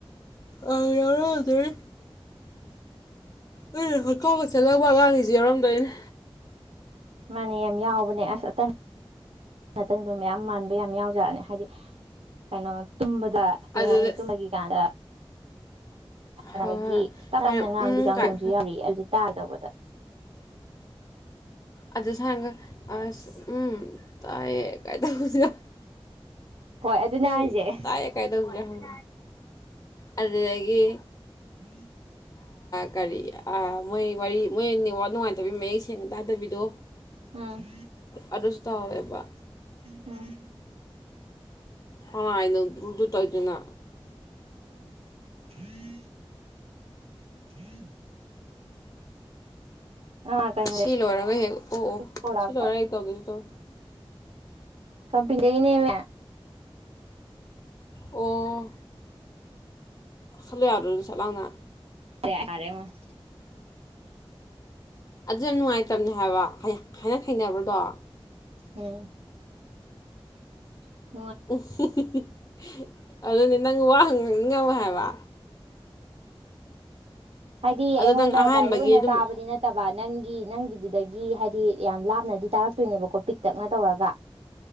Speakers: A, on the left (about 35°); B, on the right (about 85°).
A: ꯑ ꯌꯥꯧꯔꯣ ꯑꯗꯨꯖꯔꯦ ꯍ ꯍꯠ ꯀꯥꯎꯒ ꯆꯠꯂꯕ ꯉꯥꯡꯂꯤꯁꯤ ꯌꯥꯎꯔꯝꯗꯣꯏꯅꯦ
B: ꯃꯥꯅꯦ ꯌꯥꯝ ꯌꯥꯎꯕꯅꯦ ꯑꯁ ꯑꯇꯟ ꯑꯇꯟꯕ ꯃꯌꯥꯝ ꯃꯥꯟꯕ ꯌꯥꯝ ꯌꯥꯎꯖꯠꯅꯦ ꯍꯥꯏꯗꯤ ꯀꯩꯅꯣ ꯇꯨꯝꯕꯗ ꯀꯩ
A: ꯑꯗꯨꯗ
B: ꯍꯥꯏꯅꯤ ꯇꯨꯝꯕꯒꯤ ꯀꯥꯟꯗ ꯁꯥꯟꯅꯕꯒꯤ
A: ꯍꯣꯏ ꯍꯣꯏ ꯍꯣꯏ
B: ꯇꯔꯝꯅ
A: ꯑꯩꯅ
B: ꯉꯥꯡꯕꯤ
A: ꯎꯝ
B: ꯀꯥꯡꯈꯨꯝꯁꯨ
A: ꯀꯥꯏ
B: ꯌꯥꯔꯤꯑ ꯍꯧꯖꯤꯠ ꯇꯥꯒꯗꯧꯕꯗ
A: ꯑꯗꯨꯗ ꯁꯥꯏꯒ ꯎꯝ ꯇꯥꯏꯌꯦ ꯀꯥꯏꯗꯁꯤꯔꯣ
B: ꯍꯣꯏ ꯑꯗꯨꯅꯦ
A: ꯎꯝ
B: ꯍꯥꯏꯁꯦ
A: ꯇꯥꯏ ꯀꯥꯏꯗ ꯇꯧꯕꯥ ꯌꯥꯍꯧ ꯑꯗꯨ ꯗꯒꯤ
B: ꯎꯝ
A: ꯀꯔꯤ ꯑ ꯃꯣꯏ ꯋꯥꯔꯤ ꯃꯣꯏꯅꯤ ꯋꯥꯅꯨꯡꯉ ꯌꯥꯕꯤ ꯃꯌꯦꯛ ꯁꯦꯡꯅ ꯇꯥꯗꯕꯤꯗꯣ
B: ꯎꯝ
A: ꯑꯗꯨꯁꯨ ꯇꯧꯋꯦꯕ
B: ꯎꯝ
A: ꯀꯅꯥꯏꯗ ꯗꯨ ꯗꯨ ꯇꯧꯗꯨꯅ
B: ꯍꯝ ꯍꯝ <unintelligible> ꯑꯥ ꯀꯩꯅꯣꯗꯒꯤ
A: ꯁꯤ ꯂꯣꯏꯔꯒ ꯍꯦꯛ ꯑꯣ ꯑꯣ
B: ꯐꯣꯟ ꯂꯥꯛꯄ
A: ꯁꯤ ꯂꯣꯏꯔꯒ ꯍꯦꯛ ꯇꯧꯒꯦ ꯇꯧ
B: ꯀꯕꯤ ꯗꯩꯅꯦꯃꯦ
A: ꯑꯣ ꯁꯠꯂꯨ ꯌꯥꯗ꯭ꯔꯣ ꯅꯪꯖꯨ <unintelligible> ꯁꯠ ꯂꯥꯎꯅ
B: ꯇꯌꯥꯔꯦꯉꯣ <unintelligible>
A: ꯑꯗꯨ ꯌꯥꯝ ꯅꯨꯡꯉꯥꯏꯇꯝꯅꯦ ꯍꯥꯏꯕ ꯍꯥꯏꯅ ꯁꯤꯡꯅꯕꯗꯣ <unintelligible>
B: ꯍꯝ inaudible
A: ꯏ ꯍꯤ ꯍꯤ ꯍꯤ ꯑꯗꯨꯅꯦ ꯅꯪ ꯋꯥꯍꯪꯉꯉꯝꯃꯣꯏ <unintelligible> ꯍꯥꯏꯕ
B: ꯍꯥꯏꯗꯤ
A: ꯑꯗꯣ
B: ꯑꯩꯉꯣꯟꯗ
A: ꯅꯪ ꯑꯍꯥꯟꯕꯒꯤ
B: ꯗꯥꯏꯔꯦꯛ ꯑꯣꯏꯅ
A: ꯑꯗꯨꯝ
B: ꯇꯥꯕꯗꯤ ꯅꯠꯇꯕ ꯅꯪꯒꯤ ꯅꯪꯒꯤ ꯑꯗꯨꯗꯒꯤ ꯍꯥꯏꯗꯤ ꯌꯥꯝ ꯂꯥꯞꯅꯗꯤ ꯇꯥꯔꯛꯇꯣꯏꯅꯦꯕꯀꯣ ꯄꯤꯛꯇꯛꯅ ꯇꯧꯔꯒ